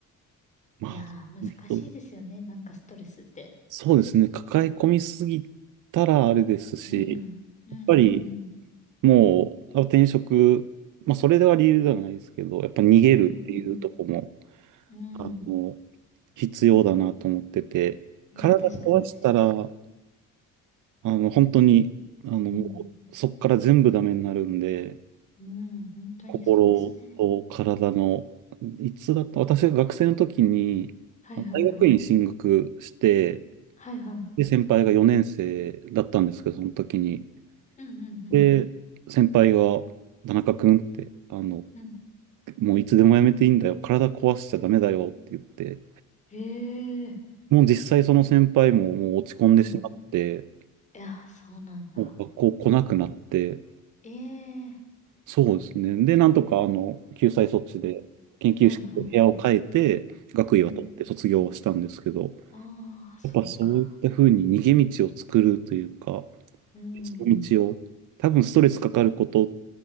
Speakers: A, on the right; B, on the left.
A: まあ、
B: いやー、
A: その人
B: 難しいですよね。なんかストレスって。
A: そうですね、抱え込みすぎたらあれですし、
B: うん。うんうんうん。
A: やっぱりもう、あ転職、まあ、それでは理由ではないですけど、やっぱ逃げるっていうとこも、
B: うんうんうん。
A: あの、
B: うん。
A: 必要だなと思ってて、
B: いや、
A: 体壊したら、
B: 確かに確か
A: あの、本当に、あの、
B: に。
A: もうそこから全部ダメになるんで、
B: うん。うん。本当にそうですね。
A: 心と体の、いつだった、私が学生の時に、
B: はいはいはい。
A: あの大学院進学して、
B: はいはい。
A: で、先輩が4年生だったんですけど、その時に。
B: うんうんうん。
A: で、先輩が、田中君って、あの、
B: うん。
A: もういつでもやめていいんだよ、体壊しちゃダメだよって言って、
B: ええー。
A: もう実際その先輩ももう落ち込んでしまって、
B: はい。いや、そうなんだ。
A: もう学校来なくなって、
B: ええ
A: そうですね。で、なんとか、あの、救済措置で、
B: うん。
A: 研究室、
B: はいはいはい。
A: の部屋を変えて、学位は取って卒業はしたんですけど、
B: うん。ああ、そうか。
A: やっぱそういったふうに逃げ道を作るというか、
B: うん。
A: 別の道を、多分ストレスかかることっ